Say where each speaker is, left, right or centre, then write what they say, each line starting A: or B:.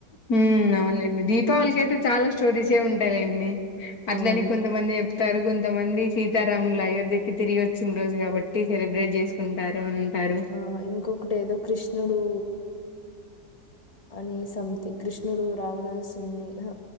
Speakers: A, on the left; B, on the left.
A: హ్మ్ అవునండి దీపావళికి అయితే చాలా స్టోరీస్ సే ఉంటాయి లెండి అట్లనే
B: అవును.
A: కొంతమంది తారు కొంతమంది సీతారాములు అయోధ్యకి తిరిగి వచ్చిన రోజు కాబట్టి సెలబ్రేట్ చేసుకుంటారు అంటారు.
B: ఆ ఇంకొకటి ఏదో కృష్ణుడు అని సంథింగ్ కృష్ణుడు రావణాసుని హ